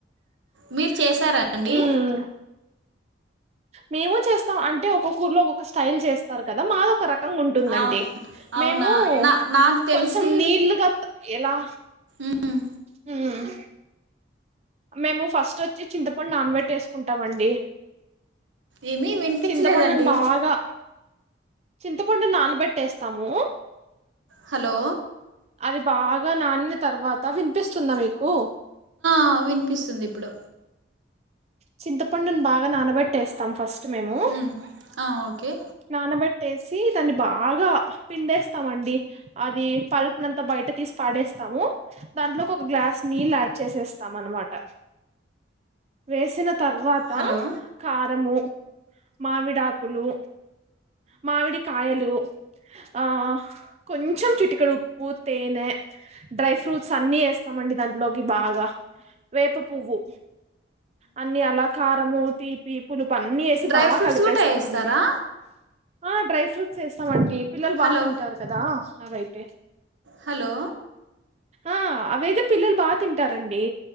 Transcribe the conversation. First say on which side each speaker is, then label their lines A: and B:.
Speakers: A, on the right; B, on the right.
A: మీరు చేసారా అండి
B: ఉమ్ మేము చేస్తాం అంటే ఒక్కొక్కఊర్లో ఒక్క స్ స్టైల్ చేస్తారు కదా మాది ఒక రకంగా ఉంటుందండి
A: అవు- అవునా
B: మేము
A: నా నాకు తెలిసి
B: కొంచెం నీళ్లుగా త ఎలా
A: మ్మ్.
B: హ్మ్ మేము ఫస్ట్ వచ్చి చింతపండు నానాపెట్టేసుకుంటాం అండి
A: ఏమీ వినిపించలేదండి
B: చింతపండును బాగా చింతపండు నానబెట్టేస్తాము
A: హలో
B: అది బాగా నానినా తర్వాత వినిపిస్తుందా మీకు
A: ఆ వినిపిస్తుంది ఇప్పుడు
B: చింతపండున్ బాగ్ గా నానాబెట్టేస్తాం ఫస్ట్ మేము
A: మ్మ్. ఆ, ఓకే
B: నానబెట్టేసి దాన్ని బా గా పిండేస్తాం అండి అది పల్ప్ నంతా బయట తీసి పాడేస్తాము దాంట్లోకి ఒక గ్లాస్ నీళ్ళు యాడ్ చేసేస్తాం అనమాట వేసిన తర్వాత
A: హలో
B: కారము మావిడాకులు మావిడికాయలు ఆ కొంచం చిటికెడు ఉప్పు తేనె డ్రై ఫ్రూట్స్ అన్ని ఏస్తామండి దాంట్లోకి బాగా వేప పువ్వు అన్ని అలాకాత్ ఆ మూతి పీపులు అన్ని ఏసి
A: డ్రై
B: బా
A: ఫ్రూట్స్
B: కలిపేస్తామండి
A: కూడా వేస్తారా
B: ఆ డ్రై ఫ్రూట్ చేస్తామండి పిల్లలు
A: హలో
B: బా తింటారు కదా అవై తే
A: హలో
B: ఆ అవైతే పిల్లలు బా తింటారండి